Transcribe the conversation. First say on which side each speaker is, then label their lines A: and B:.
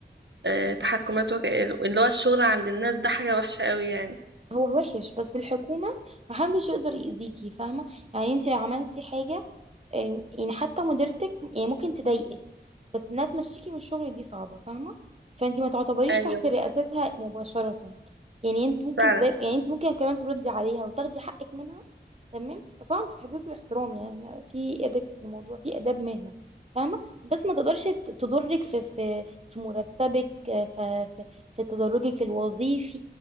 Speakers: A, on the right; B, on the right.
A: آه، تحكمات وك... اللي هو الشغل عند الناس ده حاجة وحشة قوي يعني
B: هو وحش بس الحكومة محدش يقدر يأذيكي فاهمة يعني انت لو عملتي حاجة أم، يعني حتى مديرتك يعني ممكن تضايقك بس انها تمشيكي من الشغل دي صعبة فاهمة فانت ما تعتبريش
A: ايوه
B: تحت رئاستها مباشرة يعني انت ممكن
A: فعلا
B: تضايق يعني انت ممكن كمان تردي عليها وتاخدي حقك منها تمام بس طبعا في حدود الاحترام يعني في ادكس في الموضوع في آداب مهنة فاهمة بس ما تقدرش ت- تضرك في في في مرتبك في في, في تدرجك الوظيفي